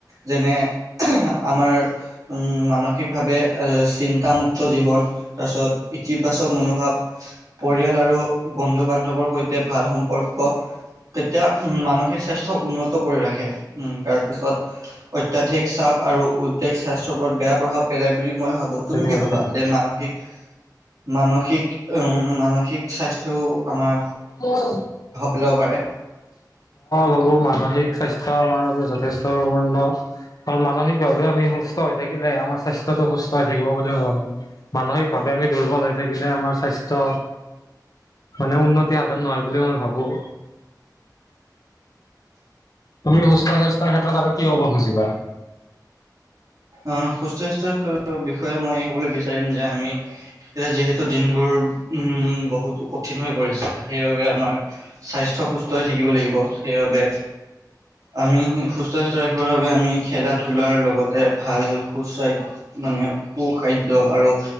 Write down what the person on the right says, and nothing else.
যেনে আমাৰ উম মানসিকভাৱে এ চিন্তামুক্ত জীৱন তাৰপিছত ইতিবাচক মনোভাৱ পৰিয়াল আৰু বন্ধু বান্ধৱৰ সৈতে ভাল সম্পৰ্ক সম্পৰ্ক তেতিয়া উ মানসিক স্বাস্থ্য উন্নত কৰি ৰাখে উ তাৰপিছত অত্যাধিক চাপ আৰু উদ্বেগ স্বাস্থ্যৰ ওপৰত বেয়া প্ৰভাৱ পেলাই বুলি মই ভাবো তুমি কি
ভবা যে মানসিক মানসিক উ মানসিক স্বাস্থ্য টো' আমাৰ
পেলাব পাৰে।
আহ সুস্থ স্বাস্থ্যৰ বিষয়ে মই এই ক'বলৈ বিচাৰিম যে আমি যে যিহেতু দিনবোৰ উম বহুতো কঠিন হৈ পৰিছে সেইবাবে আমাৰ স্বাস্থ্য সুস্থ হৈ থাকিব লাগিব সেইবাবে আমি সুস্থ স্বাস্থ্য ৰাখিবৰ বাবে আমি খেলা ধূলাৰ লগতে ভাল সুস্বাস মানে সু খাদ্য আৰু